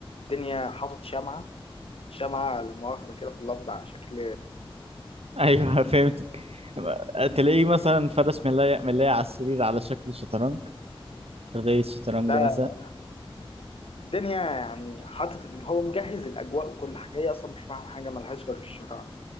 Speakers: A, on the left; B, on the right.
A: الدنيا حاطط شمعة شمعة لا مؤاخذة كده في اللفظ على شكل
B: ايوه <laughs> فهمتك تلاقيه مثلا فرش ملاية ملاية على السرير على شكل شطرنج زي الشطرنج
A: لا
B: مثلا
A: الدنيا يعني حاطط إن هو مجهز الأجواء وكل حاجة هي أصلا مش فاهم حاجة ملهاش غير في الشطرنج